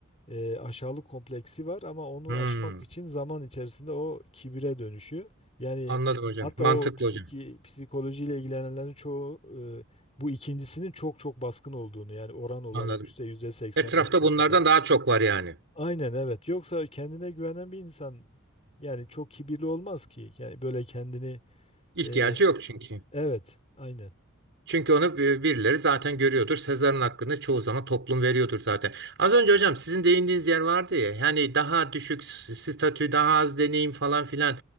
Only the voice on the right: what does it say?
Hmm,
Anladım hocam.
Mantıklı
hocam.
Anladım.
Etrafta bunlardan daha çok var yani.
İhtiyacı
yok çünkü.
Çünkü onu bir- birileri zaten görüyordur. Sezar'ın hakkını çoğu zaman toplum veriyordur zaten. Az önce hocam sizin değindiğiniz yer vardı ya. Yani daha düşük s- statü, daha az deneyim falan filan